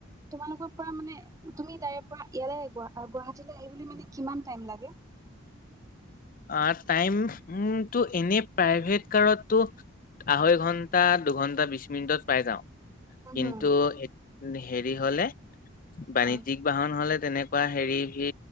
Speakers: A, on the right (about 15°); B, on the left (about 40°).
A: তোমালোকৰ পৰা মানে তুমি তাইৰ পৰা ইয়ালে গুৱা গুৱাহাটীলৈ আহিবলৈ মানে কিমান টাইম লাগে?
B: আ টাইম ওম টো এনে প্ৰাইভেট কাৰতটো আঢ়ৈ ঘণ্টা, দুঘন্টা বিশ মিনিটত পাই যাও।
A: হুম
B: কিন্তু
A: হুম
B: হে হেৰি হলে বাৰি
A: অ
B: দি বাহন হলে তেনেকুৱা হেৰি ভী